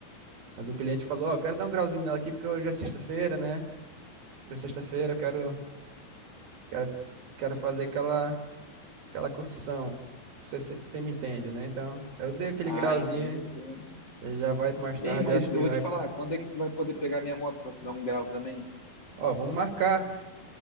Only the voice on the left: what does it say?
Ah,
entendo, entendo.
Ei,
mas
eu vou
te falar,
quando é que tu vai poder pegar minha moto pra dar um grau também?